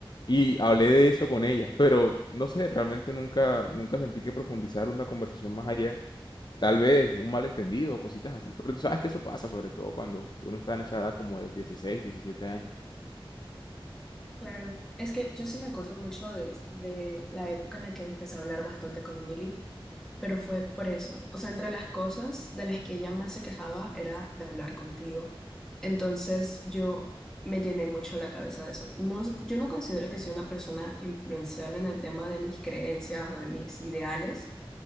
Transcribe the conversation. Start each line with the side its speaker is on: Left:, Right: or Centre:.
Left: Y hablé de eso con ella, pero no sé, realmente nunca, nunca sentí que profundizar una conversación más allá. Tal vez un malentendido, cositas así. Pero tú sabes que eso pasa, sobre todo cuando uno está en esa edad como de los 16 17 años.
Centre: Claro, es que yo sí me acuerdo mucho de, de la época en la que empecé a hablar bastante con Emily, pero fue por eso. O sea, entre las cosas de las que ella más se quejaba era de hablar contigo. Entonces yo me llené mucho la cabeza de eso. No, yo no considero que soy una persona influenciable en el tema de mis creencias o de mis ideales,